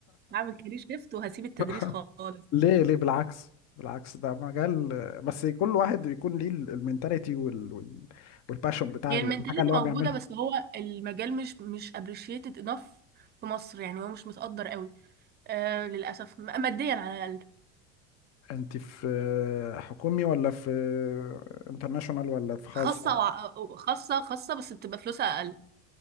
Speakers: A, on the right; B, on the left.
A: هعمل كارير شيفت وهسيب التدريس
B: <laughs>
A: خالص
B: ليه ليه بالعكس بالعكس ده مجال بس كل واحد بيكون ليه المينتاليتي وال... وال... والباشون بتاع
A: هي
B: الحاجة
A: المنتاليتي
B: اللي
A: موجوده
B: هو بيعملها
A: بس هو المجال مش مش appreciated enough في مصر يعني هو مش متقدر قوي آه للاسف م- ماديا على الاقل
B: انت في حكومي ولا في انترناشونال ولا في
A: خاصة
B: خاص
A: وع... خاصة خاصة بس بتبقى فلوسها أقل